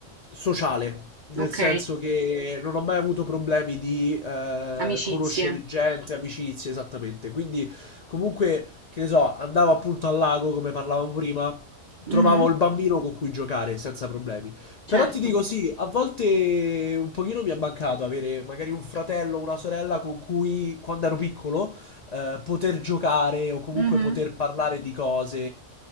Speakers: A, on the left; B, on the right.
A: sociale, nel
B: ok,
A: senso che non ho mai avuto problemi di eh,
B: amicizie.
A: conoscere gente, amicizie, esattamente. Quindi comunque, che ne so, andavo appunto al lago, come parlavamo prima,
B: Mhm,
A: trovavo il bambino con cui giocare senza problemi.
B: certo.
A: Però ti dico sì, a volte un pochino mi è mancato avere magari un fratello o una sorella con cui quando ero piccolo eh, poter giocare o comunque
B: Mhm.
A: poter parlare di cose